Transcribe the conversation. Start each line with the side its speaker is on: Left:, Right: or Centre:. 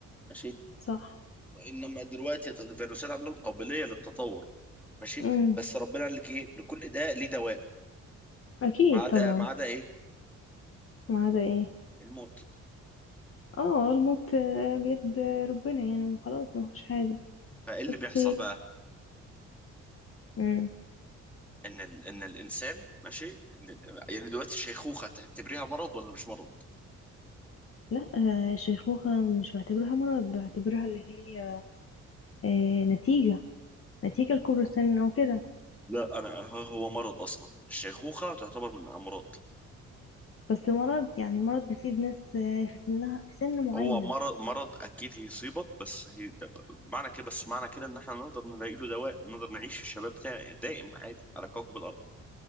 Centre: ماشي
Left: صح
Centre: إنما دلوقتي الفيروسات عندهم قابلية للتطور ماشي
Left: امم
Centre: بس ربنا قال لك إيه لكل ده ليه دواء
Left: اكيد
Centre: ما عدا
Left: طبعا
Centre: ما عدا إيه
Left: ما عدا ايه
Centre: الموت
Left: اه الموت آه، بيد ربنا يعني خلاص ما فيهوش حاجة
Centre: فإيه اللي
Left: بس
Centre: بيحصل بقى
Left: امم
Centre: إن ال... إن الإنسان ماشي إن... ال- يعني دلوقتي الشيخوخة تعتبريها مرض ولا مش مرض؟
Left: لا آه، الشيخوخة مش بعتبرها مرض بعتبرها اللي هي آه، نتيجة نتيجة لكبر السن وكده
Centre: لا أنا هو مرض أصلا الشيخوخة تعتبر من الأمراض
Left: بس مرض يعني مرض بيصيب ناس آه، في سنها في سن معين
Centre: هو مرض مرض اكيد هيصيبك بس هي ده ب- معنى كده بس معنى كده ان احنا نقدر نلاقي له دواء نقدر نعيش الشباب بتاعي دائم عادي على كوكب الارض